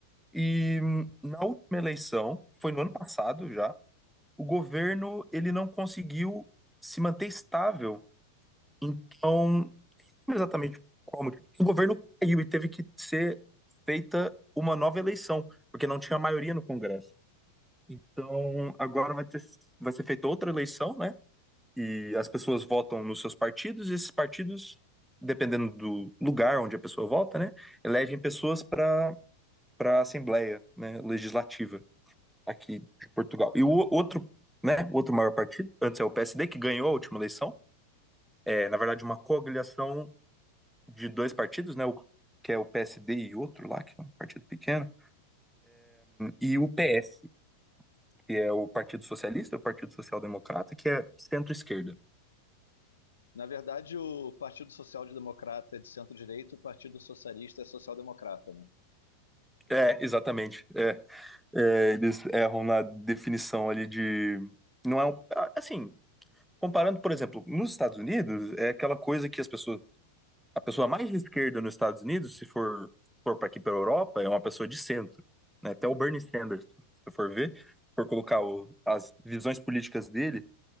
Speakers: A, in the centre; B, on the left.
A: E hum, na última eleição, foi no ano passado já, o governo ele não conseguiu se manter estável. Então, Não exatamente como o governo caiu e teve que ser feita uma nova eleição, porque não tinha maioria no Congresso. Então, agora vai ter, vai ser feita outra eleição, né? E as pessoas votam nos seus partidos, e esses partidos, dependendo do lugar onde a pessoa vota, né, elegem pessoas para para a Assembleia, né, Legislativa aqui de Portugal. E o outro, né, o outro maior partido, antes é o PSD, que ganhou a última eleição, é, na verdade, uma coagulação de dois partidos, né? O, que é o PSD e outro lá, que é um partido pequeno, e o PS, que é o Partido Socialista, o Partido Social Democrata, que é centro-esquerda.
B: Na verdade, o Partido Social Democrata é de centro-direita, o Partido Socialista é social-democrata, né?
A: É, exatamente. É, é, eles erram na definição ali de. Não é um. Assim, comparando, por exemplo, nos Estados Unidos, é aquela coisa que as pessoas. A pessoa mais de esquerda nos Estados Unidos, se for, for para aqui para a Europa, é uma pessoa de centro. né? Até o Bernie Sanders, se for ver, se for colocar o- as visões políticas dele,